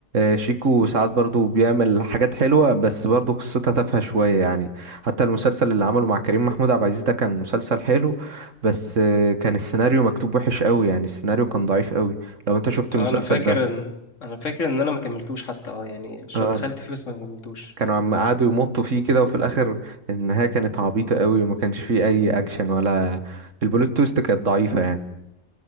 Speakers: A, on the right; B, on the left.
A: شيكو ساعات برضو بيعمل حاجات حلوة بس برضو قصتها تافهة شوية يعني حتى المسلسل اللي عمله مع كريم محمود عبد العزيز ده كان مسلسل حلو بس آه، كان السيناريو مكتوب وحش قوي يعني السيناريو كان ضعيف قوي لو انت شفت المسلسل
B: اه انا فاكر
A: ده
B: ان انا فاكر ان انا ما كملتوش حتى اه يعني شو
A: آه،
B: دخلت فيه بس ما كملتوش
A: كانوا عم قعدوا يمطوا فيه كده وفي الاخر النهايه كانت عبيطه قوي وما كانش فيه اي اكشن ولا البلوت تويست كانت ضعيفه يعني